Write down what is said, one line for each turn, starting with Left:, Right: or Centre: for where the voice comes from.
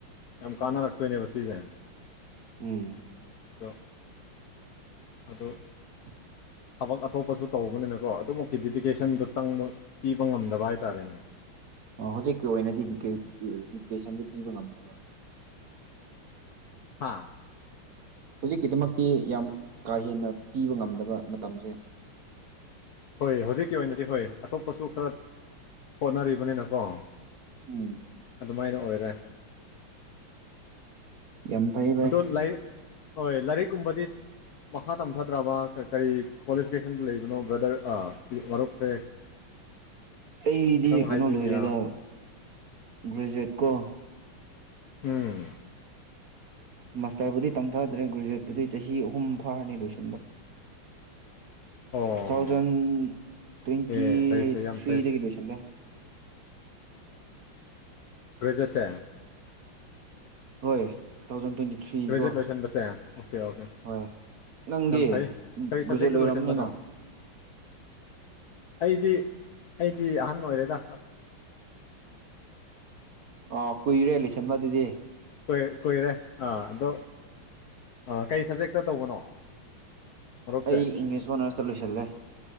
Left: ꯌꯥꯝ
Right: ꯎꯝ
Left: ꯀꯥꯟꯅꯔꯛꯑꯦ ꯁꯣꯏꯅꯦꯕ ꯉꯁꯤꯁꯦ
Right: ꯎꯝ
Left: ꯑꯗꯣ ꯑꯗꯣ
Right: <unintelligible>
Left: ꯊꯕꯛ ꯑꯇꯣꯞꯄꯁꯨ ꯇꯧꯕꯅꯤꯅꯀꯣ ꯑꯗꯨ ꯑꯣꯛꯇꯤꯕꯤꯗꯤꯀꯦꯁꯟꯗꯣ ꯆꯪꯕ ꯄꯤꯕ ꯉꯝꯗꯕ ꯍꯥꯢꯇꯥꯔꯦꯅꯦ
Right: ꯑꯣ ꯍꯧꯖꯤꯛꯀꯤ ꯑꯣꯏꯅꯗꯤ ꯗꯤꯀꯦ ꯏꯗꯨꯀꯦꯁꯟꯖꯦ ꯄꯤꯕ ꯉꯝꯗꯦꯕ
Left: ꯍꯥ
Right: ꯍꯧꯖꯤꯛꯀꯤꯗꯃꯛꯇꯤ ꯌꯥꯝ ꯀꯥ ꯍꯦꯟꯅ ꯄꯤꯕ ꯉꯝꯗꯕ ꯃꯇꯝꯖꯦ
Left: ꯍꯣꯏ ꯍꯧꯖꯤꯛꯀꯤ ꯑꯣꯏꯅꯗꯤ ꯍꯣꯏ ꯑꯇꯣꯞꯄꯁꯨ ꯈꯔ ꯍꯣꯠꯅꯔꯤꯕꯅꯤꯅꯀꯣ
Right: ꯎꯝ
Left: ꯑꯗꯨꯃꯥꯢꯅ ꯑꯣꯏꯔꯦ
Right: ꯌꯥꯝ ꯐꯩ ꯚꯥꯏ
Left: ꯑꯗꯣ ꯂꯥꯏꯔꯤꯛ ꯍꯣꯏ ꯂꯥꯏꯔꯤꯛꯀꯨꯝꯕꯗꯤ ꯃꯈꯥ ꯇꯝꯊꯗ꯭ꯔꯕ ꯀꯔꯤ ꯀ꯭ꯋꯥꯂꯤꯐꯤꯀꯦꯁꯟꯗ ꯂꯩꯕꯅꯣ ꯕ꯭ꯔꯗꯔ ꯑ ꯃꯔꯨꯞꯁꯦ
Right: ꯑꯩꯗꯤ
Left: ꯈꯤꯇꯪ
Right: ꯀꯩꯅꯣ
Left: ꯍꯥꯏꯕꯤꯒꯦꯔꯥ
Right: ꯂꯣꯢꯔꯦꯗ ꯒ꯭ꯔꯦꯖꯨꯋꯦꯠ ꯀꯣ
Left: ꯎꯝ
Right: ꯃꯥꯁꯇꯔꯕꯨꯗꯤ ꯇꯝꯊꯥꯗ꯭ꯔꯦ ꯒ꯭ꯔꯦꯖꯨꯋꯦꯠꯄꯨꯗꯤ ꯆꯍꯤ ꯑꯍꯨꯝ ꯐꯥꯔꯅꯤ ꯂꯣꯢꯁꯟꯕ
Left: ꯑꯣ
Right: ꯇꯨ ꯊꯥꯎꯖꯟ ꯇ꯭ꯋꯦꯟꯇꯤ
Left: ꯑꯦ ꯐꯩ ꯐꯩ ꯌꯥꯝ
Right: ꯊ꯭ꯔꯤꯗꯒꯤ
Left: ꯐꯩ
Right: ꯂꯣꯏꯁꯤꯜꯂꯦ
Left: ꯒ꯭ꯔꯦꯖꯨꯋꯦꯠꯁꯦ
Right: ꯍꯣꯏ ꯊꯥꯎꯖꯟ ꯇ꯭ꯋꯦꯟꯇꯤ ꯊ꯭ꯔꯤ
Left: ꯒ꯭ꯔꯦꯖꯨꯋꯦꯠ
Right: ꯀꯣ
Left: ꯂꯣꯏꯁꯟꯕꯁꯦ ꯑꯣꯀꯦ ꯑꯣꯀꯦ
Right: ꯍꯣꯏ ꯅꯪꯗꯤ
Left: ꯌꯥꯝ ꯐꯩ ꯀꯔꯤ ꯁꯕꯖꯦꯛꯇ
Right: ꯒ꯭ꯔꯦꯖꯨꯋ‌ꯦꯠ ꯂꯣꯏꯔꯝꯅꯤꯅ
Left: ꯂꯣꯏꯁꯤꯟꯕꯅꯣ ꯑꯩꯗꯤ ꯑꯩꯗꯤ ꯑꯍꯟ ꯑꯣꯏꯔꯦꯗ
Right: ꯑꯣ ꯀꯨꯢꯔꯦ ꯂꯣꯢꯁꯟꯕ ꯑꯗꯨꯗꯤ
Left: ꯀꯨ ꯀꯨꯏꯔꯦ ꯑꯥ ꯑꯗꯣ ꯑ ꯀꯩ ꯁꯞꯖꯦꯛꯇ ꯇꯧꯕꯅꯣ ꯃꯔꯨꯞꯁꯦ
Right: ꯑꯩ ꯏꯪꯂꯤꯁ ꯑꯣꯅꯔꯁꯇ ꯂꯣꯏꯁꯤꯜꯂꯦ